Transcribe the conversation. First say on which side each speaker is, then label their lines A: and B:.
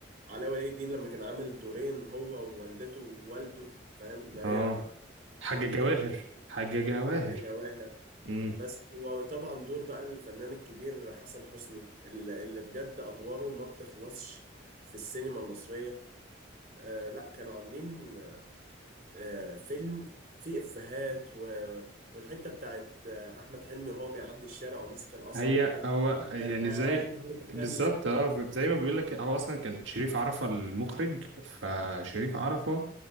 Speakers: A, on the right; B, on the right.
A: علاء ولي الدين لما كان عامل دورين هو ووالدته ووالده فاهم اللي هي
B: اه حاجة
A: كان
B: جواهر
A: كان اسمه
B: حاجة جواهر
A: حاجة جواهر
B: امم
A: بس وطبعا دور بقى الفنان الكبير حسن حسني اللي اللي بجد أدواره ما بتخلصش في السينما المصرية آه لا كانوا عاملين آه فيلم فيه إفيهات و... والحتة بتاعت آه أحمد حلمي وهو بيعدي الشارع وماسك القصب
B: هي
A: ويقول
B: هو
A: أنت
B: يعني
A: يا حيوان
B: زي
A: يا متخلف
B: بالظبط اه زي ما بيقول لك هو اصلا كان شريف عرفة المخرج فشريف عرفة